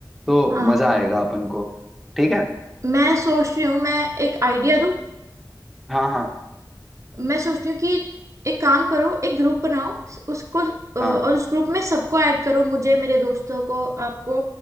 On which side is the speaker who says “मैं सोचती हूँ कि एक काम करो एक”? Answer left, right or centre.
Right